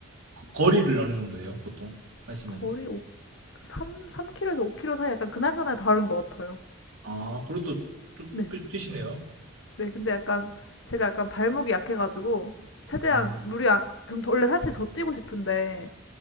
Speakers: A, on the right; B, on the left.
A: 거- 거리를 어느 정도예요 보통 하시면은
B: 거리 3, 3km에서 5km 사이 약간 그날그날 다른 것 같아요.
A: 아 그래도 쭉
B: 네.
A: 뛰- 뛰시네요
B: 네. 근데 약간 제가 약간 발목이 약해가지고 최대한
A: 음,
B: 무리 안, 좀 원래 사실 더 뛰고 싶은데